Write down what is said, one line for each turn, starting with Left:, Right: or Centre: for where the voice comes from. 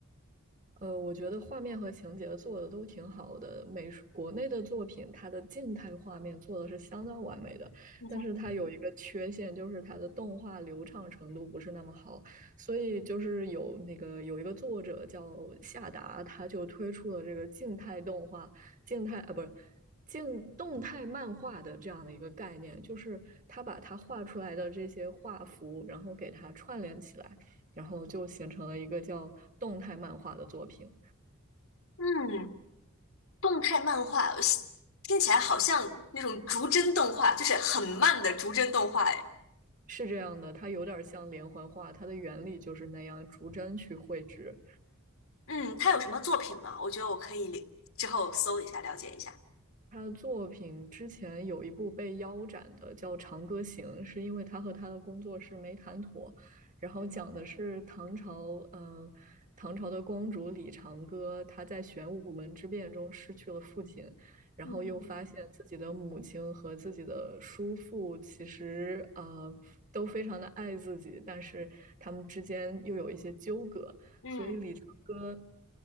Right: 呃，我觉得画面和情节做的都挺好的。美术国内的作品，它的静态画面做的是相当完美的，
Left: 嗯哼。
Right: 但是它有一个缺陷，就是它的动画流畅程度不是那么好。所以就是有那个有一个作者叫夏达，他就推出了这个静态动画、静态啊，不是。静动态漫画的这样的一个概念，就是他把他画出来的这些画幅，然后给它串联起来。然后就形成了一个叫动态漫画的作品。
Left: 嗯，动态漫画我喜听起来好像那种逐帧动画，就是很慢的逐帧动画。哎，
Right: 是这样的，它有点像连环画，它的原理就是那样，逐帧去绘制，
Left: 嗯，他有什么作品吗？我觉得我可以之后搜一下了解一下。
Right: 他的作品之前有一部被腰斩的，叫《长歌行》，是因为他和他的工作室没谈妥，然后讲的是唐朝，嗯、唐朝的公主李长歌，她在玄武门之变中失去了父亲，然后又发现自己的母亲和自己的叔父其实呃都非常的爱自己，
Left: 嗯，
Right: 但是他们之间又有一些纠葛。
Left: 嗯。
Right: 所以李长歌，